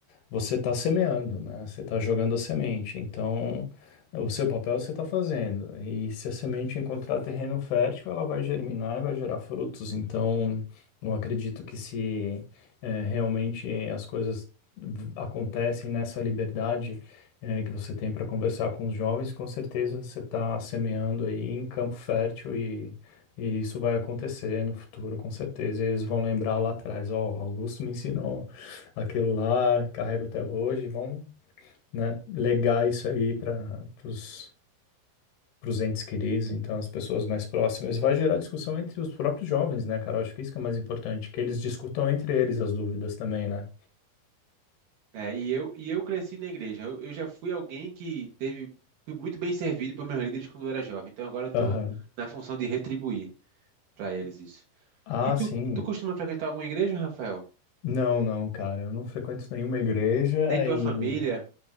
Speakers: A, on the left; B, on the right.
A: você está semeando, né? Você está jogando a semente. Então, o seu papel você está fazendo. E se a semente encontrar terreno fértil, ela vai germinar e vai gerar frutos. Então, eu acredito que se eh, realmente as coisas v- acontecem nessa liberdade eh, que você tem para conversar com os jovens, com certeza você está semeando aí em campo fértil e, e isso vai acontecer no futuro, com certeza. E eles vão lembrar lá atrás, ó, o Augusto me ensinou Aquilo lá, carrego até hoje. Vão, né, legar isso aí para os entes queridos, então as pessoas mais próximas. E vai gerar discussão entre os próprios jovens, né, cara? Eu Acho que isso que é mais importante, que eles discutam entre eles as dúvidas também, né?
B: É, e eu, e eu cresci na igreja. Eu, eu já fui alguém que teve, fui muito bem servido por meus líderes quando eu era jovem. Então agora eu estou
A: Aham.
B: na função de retribuir. para eles isso.
A: Ah,
B: E tu,
A: sim.
B: tu costuma frequentar alguma igreja, Rafael?
A: Não, não, cara. Eu não frequento nenhuma igreja
B: Nem tua
A: e
B: família?